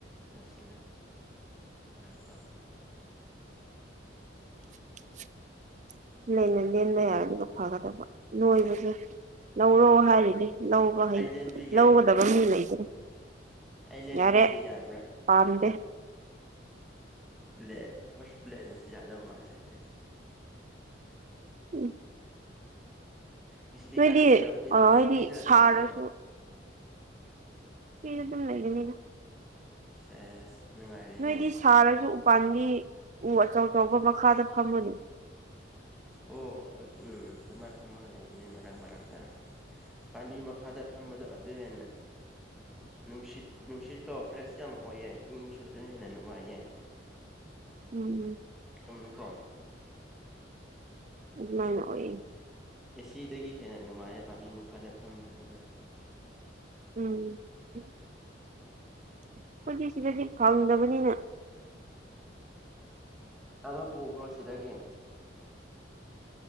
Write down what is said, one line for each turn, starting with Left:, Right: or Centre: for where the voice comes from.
Centre: ꯅꯞꯁꯤꯜꯂꯒ ꯑꯗꯨꯒꯀꯣ
Right: <inaudible> ꯂꯩꯅ ꯂꯦꯟꯕ ꯌꯥꯒꯅꯤꯒ ꯐꯒꯗꯕ ꯅꯣꯏꯕꯁꯨ ꯂꯧꯔꯣ ꯍꯥꯏꯔꯤꯅꯦ ꯂꯧꯕ
Centre: ꯑꯩ
Right: ꯍꯩ
Centre: ꯂꯦꯟꯕꯤꯒꯦ
Right: ꯂꯧꯒꯗꯕ ꯃꯤ ꯂꯩꯇ꯭ꯔꯦ
Centre: ꯑꯩ ꯂꯦꯟꯕꯤꯒꯦ
Right: ꯌꯥꯔꯦ
Centre: ꯌꯥꯕ꯭ꯔꯥ
Right: ꯄꯥꯝꯗꯦ
Centre: ꯕ꯭ꯂꯦꯠ ꯍꯣꯏ ꯕ꯭ꯂꯦꯠꯅꯁꯨ ꯌꯥꯥꯗꯧ ꯃꯥꯂꯦꯅꯦ
Right: ꯎꯝ
Centre: ꯉꯁꯤꯗꯤ
Right: ꯅꯣꯏꯗꯤ
Centre: ꯀꯥꯏ ꯆꯠꯇꯣꯏꯅꯣ ꯐ꯭ꯔꯤꯗ
Right: ꯑ ꯍꯥꯏꯗꯤ
Centre: ꯐ꯭ꯔꯤꯗ ꯑꯗꯨꯝ
Right: ꯁꯥꯔꯁꯨ
Centre: ꯍꯥꯏꯗꯣꯏꯔꯣ
Right: ꯐ꯭ꯔꯤꯗ ꯑꯗꯨꯝ ꯂꯩꯒꯅꯤꯗ
Centre: ꯁꯦꯁ ꯅꯨꯡꯉꯥꯏꯔꯦꯅꯦ
Right: ꯅꯣꯏꯗꯤ ꯁꯥꯔꯁꯨ ꯎꯄꯥꯥꯟꯒꯤ ꯎ ꯑꯆꯧ ꯆꯧꯕ ꯃꯈꯥꯗ ꯐꯝꯃꯅꯤ <inaudible>
Centre: ꯑꯣ ꯎꯝ ꯑꯗꯨꯃꯥꯏꯅ ꯐꯝꯃꯒ ꯂꯩꯕꯅꯦ ꯃꯔꯛ ꯃꯔꯛꯇ ꯄꯥꯝꯕꯤ ꯃꯈꯥꯗ ꯑꯝꯕꯗ ꯑꯗꯨꯅ ꯅꯨꯡꯁꯤꯠ ꯅꯨꯡꯁꯤꯠꯇꯣ ꯐ꯭ꯔꯦꯁ ꯌꯥꯝ ꯑꯣꯏꯌꯦ ꯏꯪꯕꯁꯨ ꯑꯗꯨꯅ ꯍꯦꯟꯅ ꯅꯨꯡꯉꯥꯏꯌꯦ
Right: ꯎꯝ ꯎꯝ
Centre: ꯀꯨꯝꯃꯦ ꯀꯣ
Right: ꯃꯥ ꯑꯣꯏ
Centre: ꯑꯦꯁꯤꯗꯒꯤ ꯍꯦꯟꯅ ꯅꯨꯡꯉꯥꯏꯔ ꯄꯥꯝꯕꯤ ꯃꯈꯥꯗ ꯐꯝꯕꯗꯨꯅ
Right: ꯎꯝ ꯑꯩꯈꯣꯏꯒꯤ ꯁꯤꯗꯗꯤ ꯐꯪꯗꯕꯅꯤꯅ
Centre: ꯑꯃꯥ ꯄꯨꯈ꯭ꯔꯣ ꯁꯤꯗꯗꯒꯤ